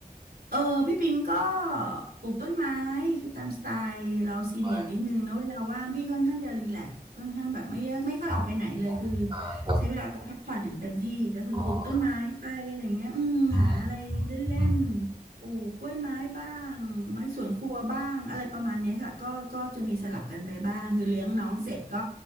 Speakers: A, on the right; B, on the right.
A: เออพี่ปิงก็ปลูกต้นไม้คือตามสไตล์เราซีเนียร์นิดนึงนะเวลาว่างพี่ค่อนข้างจะรีแลกซ์ค่อนข้างแบบไม่เยอะไม่ค่อยออกไปไหนเลยคือ
B: ไม่อ๋ออ่าครับ
A: ใช้เวลาพักผ่อนอย่างเต็มที่ก็คือปลูกต้นไม้ไปอะไรเงี้ยอืมหาอะไรเล่นๆปลูกกล้วยไม้บ้างไม้สวนครัวบ้างอะไรประมาณเนี้ยค่ะก็ก็จะมีสลับกันไปบ้างคือเลี้ยงน้องเสร็จก็
B: อ๋ออืมอืม